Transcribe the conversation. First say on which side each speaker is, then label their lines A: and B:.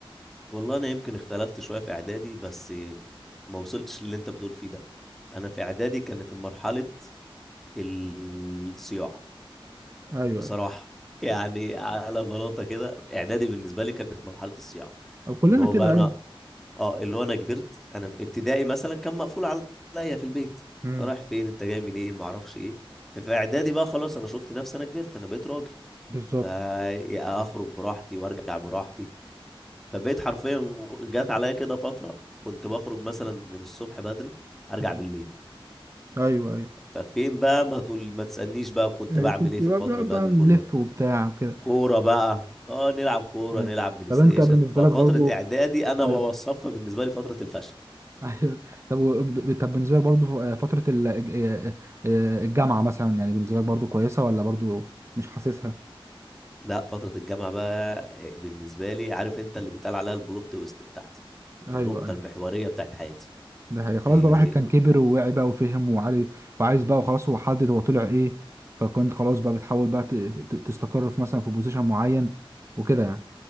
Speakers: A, in the centre; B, on the right.
A: والله أنا يمكن اختلفت شوية في إعدادي بس ما وصلتش للي أنت بتقول فيه ده أنا في إعدادي كانت مرحلة الصياعة
B: ايوه
A: بصراحة
B: ايوه
A: يعني على بلاطة كده إعدادي بالنسبة لي كانت مرحلة الصياعة
B: او كلنا
A: اللي هو
B: كده
A: بقى أنا
B: ايوه
A: أه اللي هو أنا كبرت أنا ابتدائي مثلا كان مقفول عليا في البيت
B: امم
A: أنت رايح فين أنت جاي منين معرفش إيه ففي إعدادي بقى خلاص أنا شفت نفسي أنا كبرت أنا بقيت راجل
B: بالظبط
A: فاخرج براحتي وارجع براحتي فبقيت حرفيا جات عليا كده فترة كنت بخرج مثلا من الصبح بدري ارجع
B: مم.
A: بالليل
B: ايوه ايوه
A: ففين بقى ما تقول ما تسألنيش بقى كنت
B: آه،
A: بعمل
B: كنت
A: ايه في
B: بقى
A: الفترة
B: بنقعد
A: بقى
B: بقى
A: دي
B: نلف
A: كلها
B: وبتاع وكده
A: كورة بقى اه نلعب كورة
B: أيوة.
A: نلعب بلاي
B: طب
A: ستيشن
B: انت بالنسبه
A: ففترة
B: لك برضو
A: اعدادي انا
B: أيوة.
A: بوصفها بالنسبة لي فترة الفشل
B: <laughs> ايوه طب و... ب- طب بالنسبه لك برضو فتره ال- الج- الجامعه مثلا يعني بالنسبه لك برضو كويسه ولا برضو مش حاسسها
A: لا فترة الجامعة بقى إيه، بالنسبة لي عارف انت اللي بيتقال عليها البلوت تويست بتاعتي النقطة
B: ايوه ايوه
A: المحورية بتاعت حياتي
B: ده هي خلاص
A: إيه
B: بقى الواحد كان كبر ووعي بقى وفهم وعارف وعايز بقى وخلاص هو حدد هو طلع ايه فكنت خلاص بقى بتحاول بقى ت- ت- تستقر في مثلا في بوزيشن معين وكده يعني